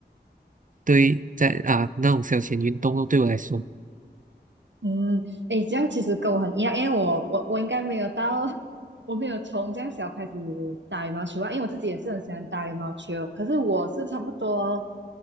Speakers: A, on the right; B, on the right.
A: 对在啊那种消遣运动咯，对我来说，
B: 嗯，诶，这样其实跟我很一样，因为我我我应该没有到，<laughs> 我没有从这样小开始打羽毛球啊，因为我自己也是很喜欢打羽毛球，可是我是差不多，